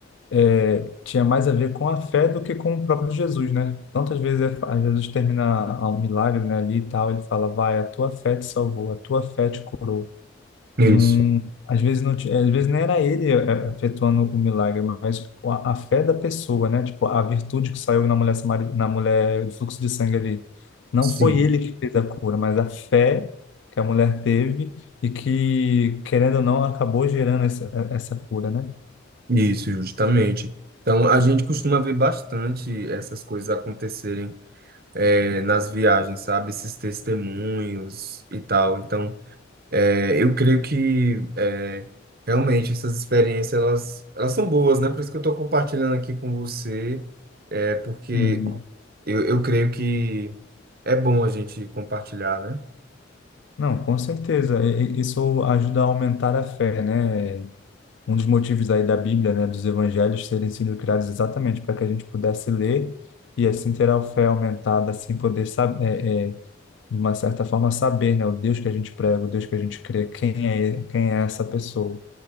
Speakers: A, on the left; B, on the right.
A: é, tinha mais a ver com a fé do que com o próprio Jesus, né? Tantas vezes é, fa- Jesus termina a- um milagre, né, ali e tal, ele fala, vai, a tua fé te salvou, a tua fé te curou.
B: isso.
A: Não, às vezes não, ti- às vezes nem era ele eh, efetuando o milagre, mas a, a fé da pessoa, né? Tipo, a virtude que saiu na mulher, samari- na mulher do fluxo de sangue ali. Não
B: Sim.
A: foi ele que fez a cura, mas a fé que a mulher teve e que, querendo ou não, acabou gerando essa, essa cura, né?
B: Isso, justamente. Então, a gente costuma ver bastante essas coisas acontecerem eh, nas viagens, sabe? Esses testemunhos e tal. Então, eh, eu creio que eh, realmente essas experiências, elas, elas são boas, né? Por isso que eu estou compartilhando aqui com você, eh, porque
A: Uhum.
B: eu, eu creio que é bom a gente compartilhar, né?
A: Não, com certeza. E- e- Isso ajuda a aumentar a fé, né? um dos motivos aí da Bíblia, né, dos evangelhos terem sido criados exatamente para que a gente pudesse ler e assim ter a fé aumentada, assim poder saber, é, é, de uma certa forma saber, né, o Deus que a gente prega, o Deus que a gente crê, quem é, quem é essa pessoa.